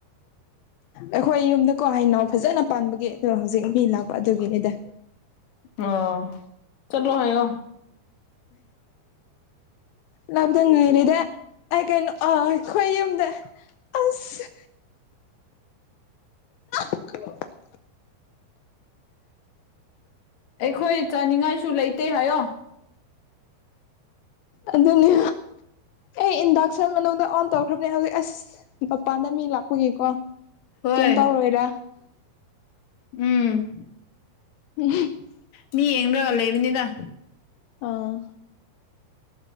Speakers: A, on the left (about 80°); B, on the left (about 55°).
A: ꯑꯩꯈꯣꯏ ꯌꯨꯝꯗꯀꯣ ꯍꯩꯅꯧ ꯐꯖꯅ ꯄꯥꯟꯕꯒꯤ ꯑꯗ ꯍꯧꯖꯤꯛ ꯃꯤ ꯂꯥꯛꯄ ꯑꯗꯨꯒꯤꯅꯤꯗ
B: ꯑꯣ ꯆꯠꯂꯨ ꯍꯥꯏꯌꯣ
A: ꯂꯥꯛꯗ ꯉꯥꯏꯔꯤꯗ ꯑ ꯀꯩꯅꯣ ꯑ ꯑꯩꯈꯣꯏ ꯌꯨꯝꯗ ꯑꯁ <unintelligible>
B: ꯑꯩꯈꯣꯏ ꯆꯥꯅꯤꯡꯉꯥꯏꯁꯨ ꯂꯩꯇꯦ ꯍꯥꯏꯌꯣ
A: ꯑꯗꯨꯅꯤ ꯑꯦ ꯏꯟꯗꯛꯁꯟ ꯃꯅꯨꯡꯗ ꯑꯣꯟ ꯇꯧꯈ꯭ꯔꯝꯅꯦ ꯍꯧꯖꯤꯛ ꯑꯁ ꯃꯄꯥꯟꯗ ꯃꯤ ꯂꯥꯛꯄꯒꯤꯀꯣ
B: ꯍꯣꯏ
A: ꯀꯦꯝ ꯇꯧꯔꯣꯏꯗ
B: ꯎꯝ
A: <unintelligible>
B: ꯃꯤ ꯌꯦꯡꯔꯒ ꯂꯩꯕꯅꯤꯗ
A: ꯑꯥ